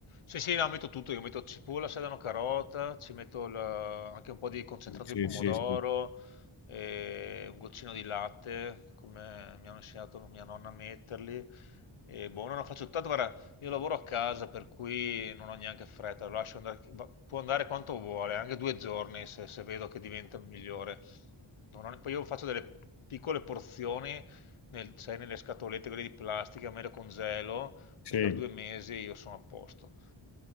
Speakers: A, on the left (about 80°); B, on the left (about 55°).
A: Sì, sì, no, metto tutto, io metto cipolla, sedano, carota, ci metto il- anche un po' di concentrato
B: Sì,
A: di pomodoro,
B: sì, sì. Sì,
A: e un goccino di latte, come mi hanno insegnato mia nonna a metterli. E boh, non lo faccio tanto, guarda, io lavoro a casa, per cui non ho neanche fretta, lo lascio andare, va- può andare quanto vuole, anche due giorni se, se vedo che diventa migliore. Non ho- poi io faccio delle piccole porzioni, nel- sai, nelle scatolette, quelle di plastica, me le congelo
B: sì,
A: e per due mesi io sono a posto.